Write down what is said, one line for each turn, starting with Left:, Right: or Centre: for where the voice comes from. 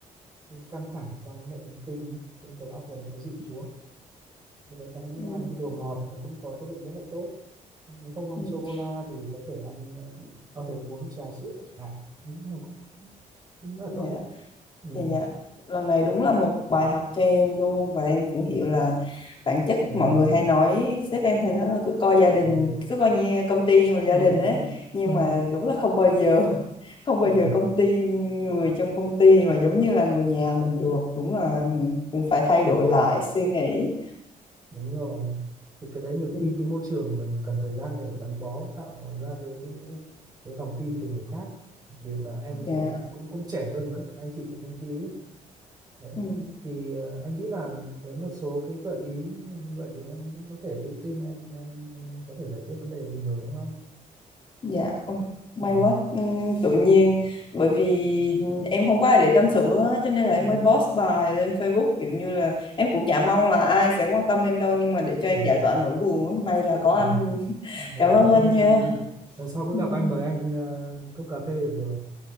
Right: cái căng thẳng trong hệ thần kinh cái đầu óc mình nó dịu xuống thì đấy là anh nghĩ
Left: ừ,
Right: là ăn cái đồ ngọt nó cũng có tác dụng rất là tốt Nếu không ăn
Left: ừ.
Right: sô cô la thì có thể ăn ờ, có thể uống trà sữa chẳng hạn nó cũng cũng rất
Left: Dạ,
Right: là tốt đấy ừ.
Left: dạ, dạ. Lần này đúng là một bài học cho em luôn và em cũng hiểu là bản chất
Right: Ừ.
Left: mọi người hay nói sếp em hay nói là cứ coi gia đình
Right: Ừ.
Left: cứ coi như công ty như một gia
Right: ừ
Left: đình ấy
Right: ừ
Left: nhưng
Right: ừ
Left: mà đúng là không bao giờ <laughs> không
Right: ừ
Left: bao giờ công ty người trong công ty mà giống như là người nhà mình được đúng là cũng phải thay đổi lại suy nghĩ
Right: đúng rồi thì cái đấy nhiều
Left: ừ,
Right: khi cái môi trường của mình cần thời gian để gắn bó tạo ra cái cái cái lòng tin từ người khác đặc biệt là em
Left: dạ,
Right: bây giờ cũng cũng, cũng trẻ hơn các anh chị trong công ty ấy. đấy
Left: ừ.
Right: thì ờ, anh nghĩ là với một số cái gợi ý như vậy thì em cũng có thể tự tin em em em có thể giải quyết vấn đề của mình rồi đúng không
Left: Dạ, ôi, may
Right: ừ
Left: quá, Ừm, tự
Right: ừ
Left: nhiên bởi vì em không có ai để tâm sự á, cho nên là em
Right: ừ
Left: mới post bài lên Facebook kiểu như là em cũng chả mong là ai sẽ quan tâm em đâu nhưng mà để cho
Right: ừ,
Left: em giải tỏa nỗi buồn á, may là có
Right: ừ.
Left: anh, <laughs>
Right: rồi
Left: cảm ơn anh
Right: không có
Left: nha.
Right: gì lần sau cứ
Left: Ừm,
Right: gặp anh mời anh ờ, cốc cà phê được rồi